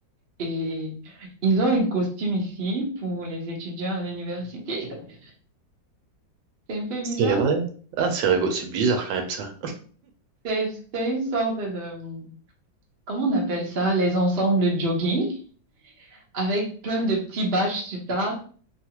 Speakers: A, on the right; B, on the right.
A: et ils ont un costume ici pour les étudiants à l'université. <laughs> C'est un peu bizarre,
B: C'est vrai? Ah, c'est rigolo, c'est bizarre quand même ça.
A: c'est c'est une sorte de, comment on appelle ça, les ensembles jogging. avec plein de petits badges sur ça,